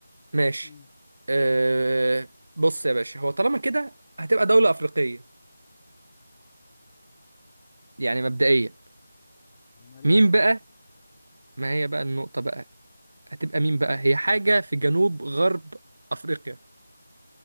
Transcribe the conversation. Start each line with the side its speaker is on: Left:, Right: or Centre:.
Right: ماشي
Left: مم،
Right: أه بص يا باشا هو طالما كده هتبقى دولة أفريقية يعني مبدئيا
Left: ماليش
Right: مين
Left: في
Right: بقى ما هي بقى النقطة بقى هتبقى مين بقى هي حاجة في جنوب غرب أفريقيا